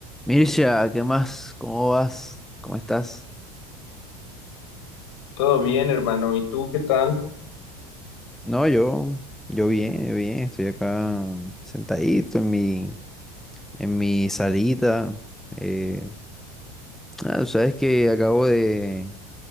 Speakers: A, in the centre; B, on the left (about 75°).
A: Mircea, ¿qué más? ¿Cómo vas? ¿Cómo estás?
B: Todo bien, hermano. ¿Y tú qué tal?
A: No, yo, yo bien, yo bien, estoy acá sentadito en mi, en mi salita. eh, ah, sabes que acabo de